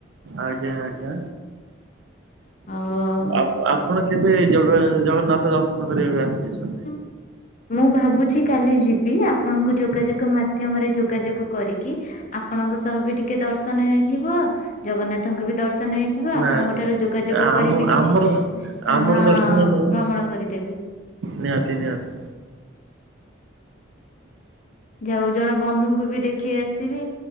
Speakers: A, on the right; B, on the left.
A: ଆଜ୍ଞା ଆଜ୍ଞା
B: ଆଉ
A: ଆ ଆପଣ କେବେ ଜଗନ୍ନାଥ ଦର୍ଶନ କରିବାକୁ ଆସିଛନ୍ତି?
B: ହଁ। ମୁଁ ଭାବୁଛି କାଲି ଯିବି ଆପଣଙ୍କୁ ଯୋଗାଯୋଗ ମାଧ୍ୟମରେ ଯୋଗାଯୋଗ କରିକି ଆପଣଙ୍କ ସହ ବି ଟିକେ ଦର୍ଶନ ହେଇଯିବ ଜଗନ୍ନାଥଙ୍କୁ ବି ଦର୍ଶନ ହେଇଯିବ। ଯିବ
A: ନାଇଁ
B: ଆପଣଙ୍କ
A: ନାଇଁ
B: ଠାରୁ ଯୋଗାଯୋଗ
A: ଆମ
B: କରିବି କିଛି
A: ଆମର
B: ସ୍ଥାନ
A: ଆମର ଦର୍ଶନ ନୁହଁ
B: ଭ୍ରମଣ କରିଦେବି।
A: ନିହାତି ନିହାତି।
B: ଯାଉ ଜଣେ ବନ୍ଧୁଙ୍କୁ ବି ଦେଖି ଆସିବି